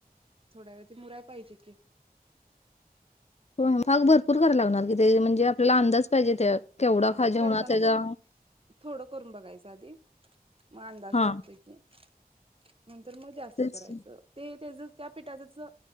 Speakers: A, on the right; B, on the left.
A: त्यावेळी ते मुराय पाहिजे की
B: भाग भरपूर कराय लागणार की ते म्हणजे आपल्याला अंदाज पाहिजे त्या केवढा
A: हा
B: खाजा
A: हा करताना
B: होणार त्याचा
A: पहिला थोडं करून बघायचं आधी मग अंदाज
B: हा
A: लागतोय की नंतर मजा असत्या
B: तेच
A: करायचं
B: की.
A: ते त्याजेच त्या पिठाचं